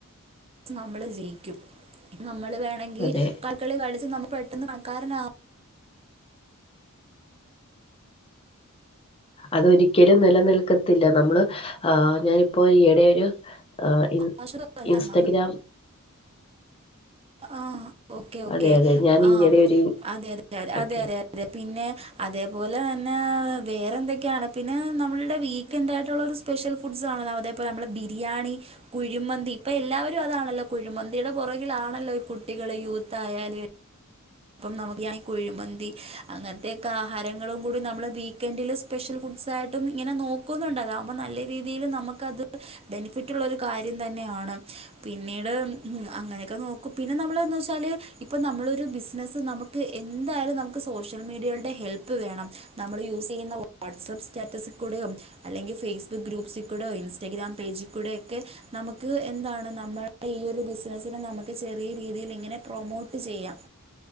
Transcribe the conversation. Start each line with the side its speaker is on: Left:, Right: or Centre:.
Right: നമ്മള് ജയിക്കും നമ്മള് വേണെങ്കി
Left: അതെ
Right: കക്കളി കളിച്ച് നമ്മ പെട്ടെന്ന് പണക്കാരനാ
Left: അതൊരിക്കലും നിലനിൽക്കത്തില്ല നമ്മള് ആ ഞാനിപ്പൊ ഈയിടെ ഒരു ആഹ് ഇൻ
Right: ആവശ്യമല്ല
Left: ഇൻസ്റ്റഗ്രാം
Right: നമ്മൾ ആഹ് ഓക്കേ ഓക്കേ
Left: അതെ അതെ ഞാൻ
Right: ആം
Left: ഈയിടെ ഒരു
Right: അതെതെ
Left: ഓക്കെ
Right: അതെതെ അതെ പിന്നെ അതേപോലെ തന്നെ വേറെ എന്തൊക്കെയാണ് പിന്നെ നമ്മളുടെ വീക്കെന്റായിട്ടുള്ളൊരു സ്പെഷ്യൽ ഫുഡ്സ് ആണല്ലോ അതേപോലെ നമ്മളെ ബിരിയാണി കുഴിമന്തി ഇപ്പൊ എല്ലാവരും അതാണല്ലോ കുഴിമന്തിയുടെ പുറകിലാണല്ലോ ഈ കുട്ടികള് യൂത്ത് ആായാല് അപ്പം നമുക്ക് ഈ കുഴിമന്തി അങ്ങനത്തെെയൊക്കെ ആഹാരങ്ങളും കൂടി നമ്മള് വീക്കെന്റില് സ്പെഷ്യൽ ഫുഡ്സായിട്ടും ഇങ്ങനെ നോക്കുന്നുണ്ട് അതാവുമ്പോ നല്ല രീതിയില് നമുക്കത് ബെനിഫിറ്റ് റ്റുള്ളൊരു കാര്യം തന്നെ ആണ് പിന്നീട് ഉം അങ്ങനെക്കെ നോക്കും പിന്നെ നമ്മള്ന്ന് വെച്ചാല് ഇപ്പ നമ്മളൊരു ബിസ് നസ് നമ്ക്ക് എന്തായാലും നമുക്ക് സോഷ്യൽ മീഡിയൾടെ ഹെൽപ്പ് വേണം നമ്മള് യൂസെയ്യുന്ന വ വാട്സപ്പ് സ്റ്റാറ്റസി കുടെയോ അല്ലെങ്കി ഫേസ്ബുക്ക് ഗ്രൂപ്പ്സിക്കൂടോ ഇൻസ്റ്റാഗ്രാം പേജി കൂടെക്കെ നമുക്ക് എന്താണ് നമ്മടെ ഈ ഒരു ബിസിനസ്സിനെ നമക്ക് ചെറിയ രീതിലിങ്ങനെ പ്രൊമോട്ട് ചെയ്യാം